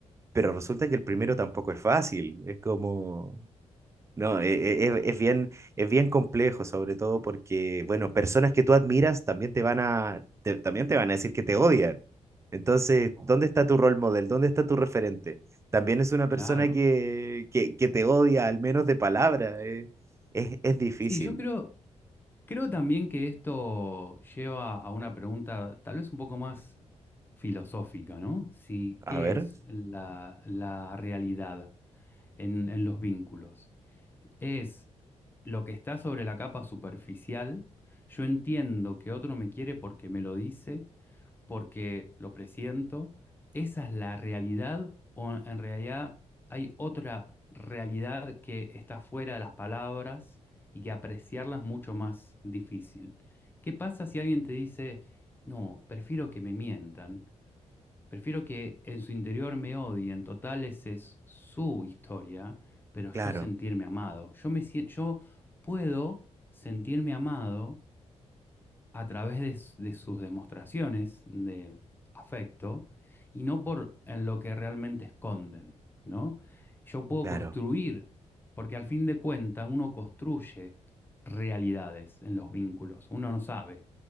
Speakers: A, on the right; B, on the left.
A: pero resulta que el primero tampoco es fácil. Es como... No, e- e- e- es, bien, es bien complejo, sobre todo porque, bueno, personas que tú admiras también te van a, te- también te van a decir que te odian. Entonces, ¿dónde está tu role model? ¿Dónde está tu referente? También es una persona
B: claro.
A: que, que, que te odia, al menos de palabra. eh. Es, es difícil.
B: Sí, yo creo, creo también que esto lleva a una pregunta tal vez un poco más filosófica, ¿no? Si,
A: A
B: ¿qué
A: ver,
B: es la, la realidad en, en los vínculos? ¿Es lo que está sobre la capa superficial? Yo entiendo que otro me quiere porque me lo dice, porque lo presiento, esa es la realidad o en realidad hay otra realidad que está fuera de las palabras y que apreciarla es mucho más difícil. ¿Qué pasa si alguien te dice, no, prefiero que me mientan, prefiero que en su interior me odien, total esa es su historia, pero
A: claro,
B: yo sentirme amado, yo me sien- yo puedo sentirme amado a través de, s- de sus demostraciones de afecto y no por en lo que realmente esconden, ¿no? Yo puedo
A: claro.
B: construir, porque al fin de cuentas uno construye realidades en los vínculos, uno no sabe,